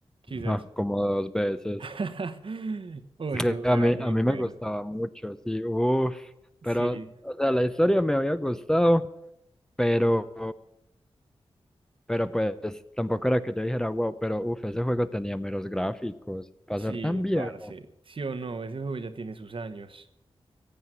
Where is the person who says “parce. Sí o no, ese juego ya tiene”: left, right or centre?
Right